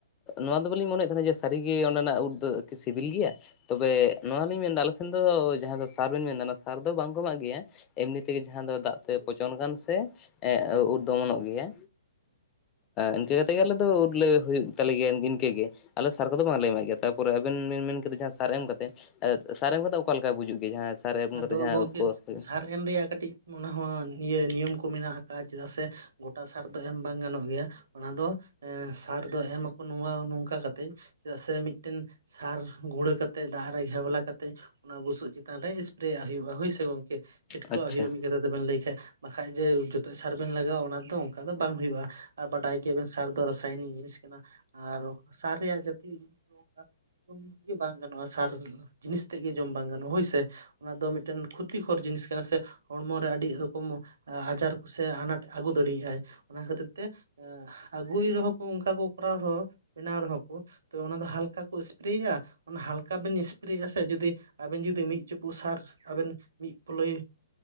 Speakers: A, on the left; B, on the right.
A: ᱱᱚᱣᱟ ᱫᱚ ᱵᱟᱹᱞᱤᱧ ᱢᱚᱱᱮᱭᱮᱫ ᱛᱟᱦᱮᱱᱟ ᱡᱮ ᱥᱟᱹᱨᱤᱜᱮ ᱚᱱᱟᱱᱟᱜ ᱩᱫ ᱫᱚ ᱠᱤ ᱥᱤᱵᱤᱞ ᱜᱮᱭᱟ ᱛᱚᱵᱮ ᱱᱚᱣᱟ ᱞᱤᱧ ᱢᱮᱱᱫᱟ ᱟᱞᱮ ᱥᱮᱱ ᱫᱚ ᱡᱟᱦᱟᱸ ᱫᱚ ᱥᱟᱨ ᱵᱮᱱ ᱢᱮᱱᱫᱟ ᱚᱱᱟ ᱥᱟᱨ ᱫᱚ ᱵᱟᱝ ᱠᱚ ᱮᱢᱟᱜ ᱜᱮᱭᱟ ᱮᱢᱱᱤ ᱛᱮᱜᱮ ᱡᱟᱦᱟᱸ ᱫᱚ ᱫᱟᱜ ᱛᱮ ᱯᱚᱪᱚᱱ ᱟᱠᱟᱱ ᱥᱮ ᱩᱫ ᱫᱚ ᱚᱢᱚᱱᱚᱜ ᱜᱮᱭᱟ ᱤᱱᱠᱟᱹ ᱠᱟᱛᱮ ᱜᱮ ᱟᱞᱮ ᱫᱚ ᱩᱫ ᱞᱮ ᱦᱩᱭᱩᱜ ᱛᱟᱞᱮ ᱜᱮᱭᱟ ᱤᱱᱠᱟᱹ ᱜᱮ ᱟᱞᱮ ᱥᱟᱨ ᱠᱚᱫᱚ ᱵᱟᱝᱞᱮ ᱮᱢᱟᱜ ᱜᱮᱭᱟ ᱛᱟᱯᱚᱨᱮ ᱟᱵᱮᱱ ᱵᱮᱱ ᱢᱮᱱ ᱠᱮᱫᱟ ᱡᱟᱦᱟᱸ ᱥᱟᱨ ᱮᱢ ᱠᱟᱛᱮ ᱥᱟᱨ ᱮᱢ ᱠᱟᱛᱮ ᱚᱠᱟ ᱞᱮᱠᱟ ᱵᱩᱡᱩᱜ ᱜᱮᱭᱟ ᱡᱟᱦᱟᱸ ᱥᱟᱨᱮ ᱮᱢ
B: ᱟᱫᱚ
A: ᱠᱟᱛᱮ ᱡᱟᱦᱟᱸ
B: ᱜᱚᱝᱠᱮ
A: ᱩᱫ ᱠᱚ ᱦᱩᱭᱩᱜ-ᱟ
B: ᱥᱟᱨ ᱮᱢ ᱨᱮᱭᱟᱜ ᱠᱟᱹᱴᱤᱡ ᱚᱱᱟ ᱦᱚᱸ ᱱᱤᱭᱟᱹ ᱱᱤᱭᱚᱢ ᱠᱚ ᱢᱮᱱᱟᱜ ᱟᱠᱟᱜ-ᱟ ᱪᱮᱫᱟᱜ ᱥᱮ ᱜᱚᱴᱟ ᱥᱟᱨ ᱫᱚ ᱮᱢ ᱵᱟᱝ ᱜᱟᱱᱚᱜ ᱜᱮᱭᱟ ᱟᱫᱚ ᱮᱻ ᱥᱟᱨ ᱫᱚ ᱮᱢ ᱟᱠᱚ ᱱᱚᱣᱟ ᱱᱚᱝᱠᱟ ᱠᱟᱛᱮ ᱪᱮᱫᱟᱜ ᱥᱮ ᱢᱤᱫᱴᱮᱱ ᱥᱟᱨ ᱜᱩᱲᱟᱹ ᱠᱟᱛᱮ ᱫᱟᱜ ᱨᱮ ᱜᱮᱣᱞᱟ ᱠᱟᱛᱮᱜ ᱚᱱᱟ ᱵᱩᱥᱩᱵ ᱪᱮ ᱪᱮᱛᱟᱱ ᱨᱮ ᱮᱥᱯᱨᱮᱭᱟᱜ ᱦᱩᱭᱩᱜᱼᱟ ᱦᱳᱭ ᱥᱮ ᱜᱚᱝᱠᱮ ᱪᱷᱤᱴᱠᱟᱹᱣᱟᱜ
A: ᱟᱪᱪᱷᱟ
B: ᱦᱩᱭᱩᱜᱼᱟ ᱢᱤᱫ ᱜᱟᱫᱟᱼᱼ ᱟᱫᱚ ᱵᱮᱱ ᱞᱟᱹᱭ ᱠᱷᱟᱡ ᱵᱟᱠᱷᱟᱡ ᱡᱮ ᱡᱚᱛᱚ ᱥᱟᱨ ᱵᱮᱱ ᱞᱟᱜᱟᱣ ᱚᱱᱟ ᱫᱚ ᱚᱱᱠᱟ ᱫᱚ ᱵᱟᱝ ᱦᱩᱭᱩᱜᱼᱟ ᱟᱨ ᱵᱟᱰᱟᱭ ᱜᱮᱭᱟᱵᱮᱱ ᱥᱟᱨ ᱫᱚ ᱠᱟᱭᱱᱤ ᱡᱤᱱᱤᱥ ᱠᱟᱱᱟ ᱟᱨ ᱥᱟᱨ ᱨᱮᱭᱟᱜ ᱡᱟᱛᱤ <inaudible> ᱜᱮ ᱵᱟᱝ ᱜᱟᱱᱚᱜᱼᱟ ᱥᱟᱨ ᱡᱤᱱᱤᱥ ᱛᱮᱫ ᱜᱮ ᱡᱚᱢ ᱵᱟᱝ ᱜᱟᱱᱚᱜᱼᱟ ᱦᱳᱭ ᱥᱮ᱾ ᱛᱮ ᱚᱱᱟ ᱫᱚ ᱢᱤᱫᱴᱮᱱ ᱠᱷᱚᱛᱤᱠᱚᱨ ᱡᱤᱱᱤᱥ ᱠᱟᱱᱟ ᱥᱮ ᱦᱚᱲᱢᱚᱮ ᱟᱹᱰᱤ ᱨᱚᱠᱚᱢ ᱟᱡᱟᱨ ᱠᱚᱥᱮ ᱟᱱᱟᱴ ᱟᱹᱜᱩ ᱫᱟᱲᱮᱭᱟᱜᱼᱟᱭ ᱚᱱᱟ ᱠᱷᱟᱹᱛᱤᱨ ᱛᱮ ᱟᱹᱜᱩᱭ ᱨᱮᱦᱚᱸ ᱠᱚ ᱚᱱᱠᱟ ᱠᱚ ᱠᱚᱨᱟᱣ ᱨᱮᱦᱚᱸ ᱵᱮᱱᱟᱣ ᱨᱮᱦᱚᱸ ᱠᱚ ᱛᱚ ᱚᱱᱟ ᱫᱚ ᱦᱟᱞᱠᱟ ᱠᱚ ᱮᱥᱯᱨᱮᱭᱜᱼᱟ ᱚᱱᱟ ᱦᱟᱞᱠᱟ ᱵᱤᱱ ᱮᱥᱯᱨᱮᱭᱟᱜᱼᱟ ᱥᱮ ᱡᱩᱫᱤ ᱟᱵᱤᱱ ᱡᱩᱫᱤ ᱢᱤᱫ ᱪᱩᱯᱩᱜ ᱥᱟᱨ ᱟᱵᱮᱱ ᱢᱤᱫ ᱯᱳᱞᱳᱭ